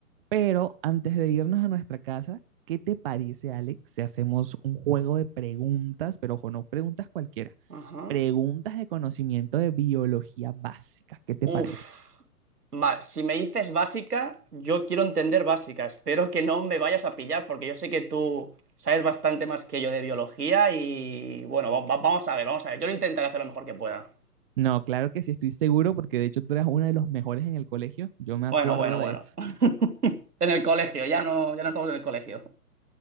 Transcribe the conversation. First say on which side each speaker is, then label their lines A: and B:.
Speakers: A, on the right (about 40°); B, on the right (about 80°).
A: Pero antes de irnos a nuestra casa, ¿qué te parece, Alex, si hacemos un juego de preguntas, pero ojo, no preguntas cualquiera,
B: Ajá.
A: preguntas de conocimiento de biología básica? ¿Qué te
B: Uf.
A: parece?
B: Vale, si me dices básica, yo quiero entender básica. Espero que no me vayas a pillar porque yo sé que tú sabes bastante más que yo de biología y bueno, va- va- vamos a ver, vamos a ver. Yo lo intentaré hacer lo mejor que pueda.
A: No, claro que sí, estoy seguro porque de hecho tú eras uno de los mejores en el colegio. Yo me acuerdo
B: Bueno, bueno, bueno.
A: de eso.
B: <laughs> En el colegio, ya no, ya no estamos en el colegio.